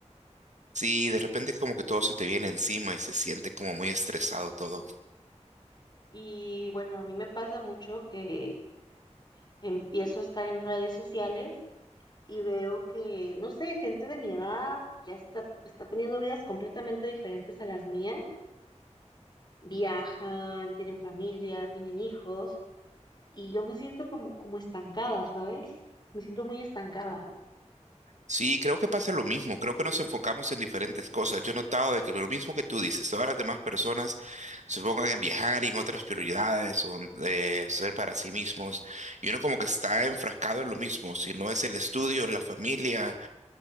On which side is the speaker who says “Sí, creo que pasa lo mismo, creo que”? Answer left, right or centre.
Right